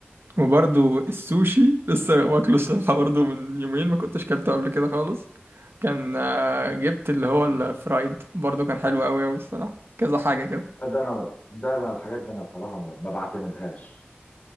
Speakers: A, on the right (about 75°); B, on the left (about 35°).
A: وبرضو السوشي لسه واكله الصراحة <laughs> برضو من يومين ما كنتش كلته قبل كده خالص كان آه، جبت اللي هو الفرايد برضو كان حلو أوي أوي الصراحة كذا حاجة كده
B: ده ده انا ده انا الحاجات دي انا بصراحه ما ما بعتمدهاش